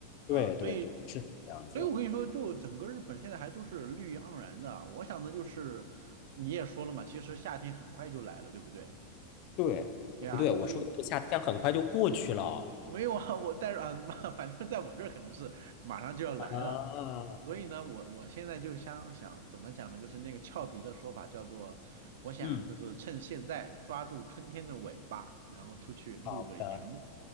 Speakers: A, on the left; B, on the right.
A: 对对对，
B: 啊，所以
A: 是这样子。
B: 所以我跟你说，就整个日本现在还都是绿意盎然的。我想的就是你也说了嘛，其实夏天很快就来了，对不对？
A: 对，
B: 对呀，
A: 不对？我说的这夏天很快就过去了
B: 所以。<laughs> 没有啊，我但是啊，<laughs> 妈，反正在我这儿可能是马上就要来了，
A: 啊。
B: 所以呢，我我现在就想想怎么讲呢，就是那个俏皮的说法叫做，我想就是趁现在抓住春天的尾巴，
A: 嗯，
B: 然后出去露个营。
A: 好的。